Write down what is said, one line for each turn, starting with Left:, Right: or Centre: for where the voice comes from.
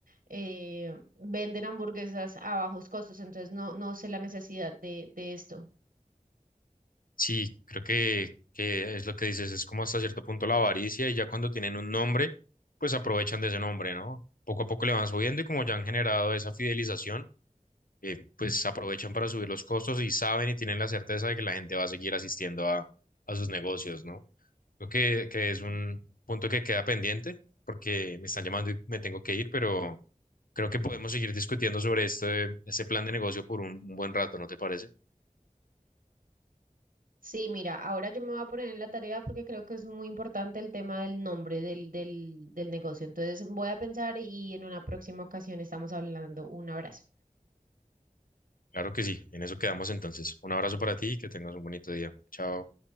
Right: eh, venden hamburguesas a bajos costos, entonces no, no sé la necesidad de, de esto.
Left: Sí, creo que, que es lo que dices, es como hasta cierto punto la avaricia y ya cuando tienen un nombre, pues aprovechan de ese nombre, ¿no? Poco a poco le van subiendo y como ya han generado esa fidelización eh, pues aprovechan para subir los costos y saben y tienen la certeza de que la gente va a seguir asistiendo a, a sus negocios, ¿no? Creo que, que es un punto que queda pendiente porque me están llamando y me tengo que ir, pero creo que podemos seguir discutiendo sobre este, este plan de negocio por un, un buen rato, ¿no te parece?
Right: Sí, mira, ahora yo me voy a poner en la tarea porque creo que es muy importante el tema del nombre del, del, del negocio. Entonces voy a pensar y en una próxima ocasión estamos hablando. Un abrazo.
Left: Claro que sí, en eso quedamos entonces. Un abrazo para ti y que tengas un bonito día. Chao.